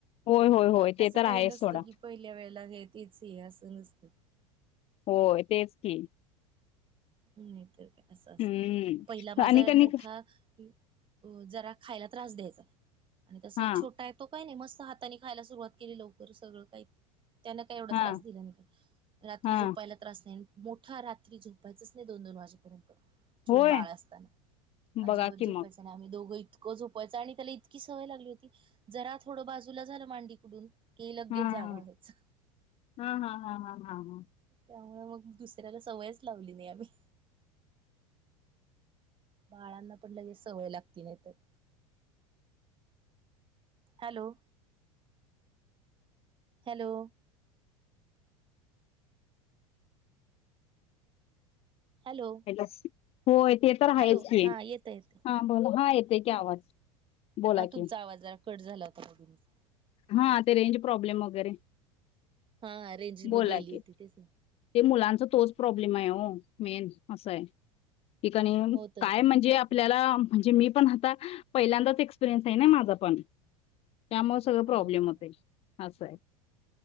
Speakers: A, on the left; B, on the right.
A: होय होय होय
B: असं
A: ते तर
B: काही
A: आहेच
B: नसतं
A: सोडा
B: की पहिल्या वेळेला हे तेच हे असं नसतं.
A: हो तेच की.
B: नाही तर काय असं असत.
A: हम्म
B: पहिला माझा
A: आणि कणी
B: मोठा अ जरा खायला त्रास द्यायचा. आणि तसा
A: हा
B: छोटा आहे तो काही नाही मस्त हाताने खायला सुरुवात केली लवकर सगळं काही त्यांन काही एवढा
A: हा
B: त्रास दिला नाही काही. रात्री
A: हा
B: झोपायला त्रास नाही. मोठा रात्री झो पायचाच नाही दोन दोन वाजेपर्यंत छोप
A: होय
B: बाळ असताना. अजिबात
A: बघा कि
B: झोपायचं
A: मग
B: नाही आम्ही दोघ ही इतकं झोपायचं आणि त्याला इतकी सवय लागली होती जरा थोडं बाजूला झालं मांडीकडून की लगेच
A: हम्
B: जागा व्हायचं
A: हा हा हा हा हा हा.
B: त्यामुळे मग दुसऱ्याला सवयच लावली नाही आम्ही. बाळांना पण लगेच सवय लागती नाही तर. हॅलो, हॅलो, हॅलो
A: होय ते तर हायच
B: हॅलो
A: की.
B: हा येत येत
A: हां बोला हा येतोय की आवाज. बोला
B: अ तुमचा
A: की
B: आवाज जरा कट झाला होता मधूनच.
A: हा ते रेंज प्रॉब्लेम वगैरे
B: हा रेंज
A: बोला
B: मग गेली
A: की
B: होती तेच ना.
A: ते मुलांचा तोच प्रॉब्लेम आहे हो मेन असं आहे. ती कणी
B: हो तर
A: काय म्हणजे आपल्याला म्हणजे मी पण आता पहिल्यांदाच एक्सपिरियन्स आहे नाही माझा पण. त्यामुळे सगळं प्रॉब्लेम
B: हा हा हा
A: होतय असं हाय.